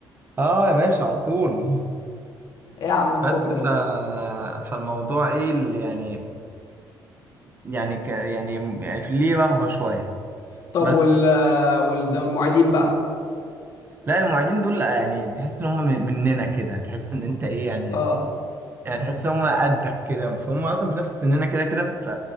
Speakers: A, on the right (about 25°); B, on the left (about 60°).
A: اه يا باشا على طول
B: ايه يا عم الفجر
A: بس ف...
B: ده
A: فالموضوع ايه اللي يعني يعني ك... يعني يعني في ليه رهبة شوية
B: طب
A: بس
B: وال وال- ده والمعيدين بقى
A: لا المعيدين دول يعني تحس ان هم من- مننا كده تحس ان انت ايه يعني
B: اه
A: يعني تحس ان هم قدك كده فهم اصلا في نفس سننا كده كده ف